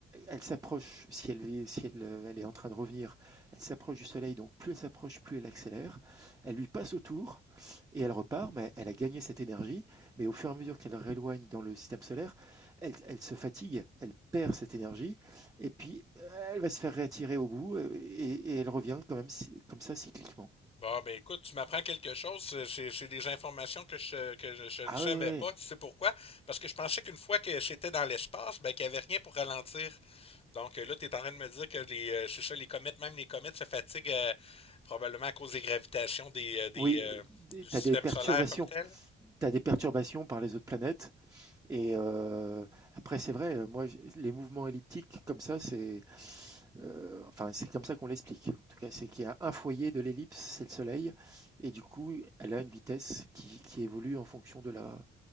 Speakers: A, on the right (about 15°); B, on the left (about 30°).
A: elle s'approche, si, elle est, si elle, euh, elle est en train de revenir, elle s'approche du soleil, donc plus elle s'approche, plus elle accélère. Elle lui passe autour et elle repart, mais elle a gagné cette énergie. Mais au fur et à mesure qu'elle rééloigne dans le système solaire, elle, elle se fatigue, elle perd cette énergie, et puis euh, elle va se faire réattirer au bout euh, et, et elle revient quand même si- comme ça cycliquement.
B: Bon, ben écoute, tu m'apprends quelque chose. C'est c'est- c'est des informations que je, que je, je ne
A: Ah
B: savais
A: oui, oui.
B: pas. Tu sais pourquoi? Parce que je pensais qu'une fois que c'était dans l'espace, ben qu'il n'y avait rien pour ralentir. Donc euh, là, tu es en train de me dire que les, euh, c'est ça, les comètes, même les comètes se fatiguent euh, probablement à cause des gravitations des, euh, des,
A: Oui,
B: euh,
A: tu
B: du système
A: as des perturbations.
B: solaire comme tel?
A: Tu as des perturbations par les autres planètes Et euh, après, c'est vrai, euh, moi, j- les mouvements elliptiques, comme ça, c'est euh, enfin, c'est comme ça qu'on l'explique. En tout cas, c'est qu'il y a un foyer de l'ellipse, c'est le Soleil, et du coup, elle a une vitesse qui, qui évolue en fonction de là,